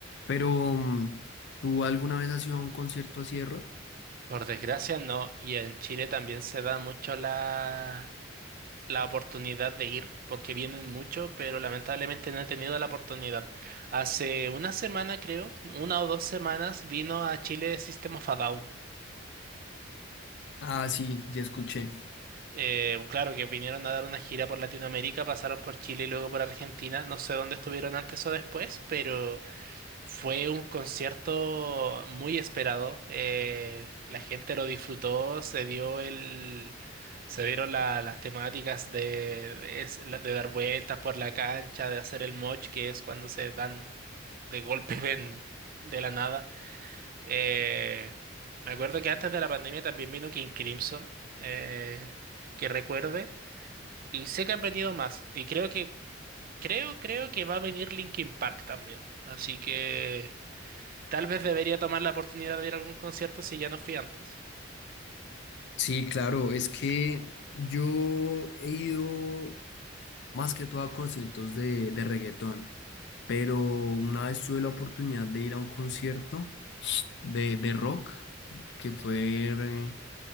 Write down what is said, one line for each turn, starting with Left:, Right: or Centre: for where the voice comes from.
Left: Pero, mm, ¿tú alguna vez has ido a un concierto así de rock?
Right: Por desgracia no, y en Chile también se da mucho la, la oportunidad de ir, porque vienen mucho, pero lamentablemente no he tenido la oportunidad. Hace una semana creo, una o dos semanas, vino a Chile System of a Down.
Left: Ah, sí, ya escuché.
Right: Eh, claro que vinieron a dar una gira por Latinoamérica, pasaron por Chile y luego por Argentina, no sé dónde estuvieron antes o después, pero... Fue un concierto muy esperado. eh, la gente lo disfrutó, se dio el, se dieron la- las temáticas de, de es- la- de dar vueltas por la cancha, de hacer el moch, que es cuando se dan de golpe <laughs> ven de la nada. Eh, me acuerdo que antes de la pandemia también vino King Crimson, eh, que recuerde, y sé que han venido más. Y creo que, creo, creo que va a venir Linkin Park también. Así que. Tal vez debería tomar la oportunidad de ir a algún concierto si ya no fui antes.
Left: Sí, claro, es que yo he ido más que todo a conciertos de, de reggaetón, pero una vez tuve la oportunidad de ir a un concierto de, de rock, que fue eh,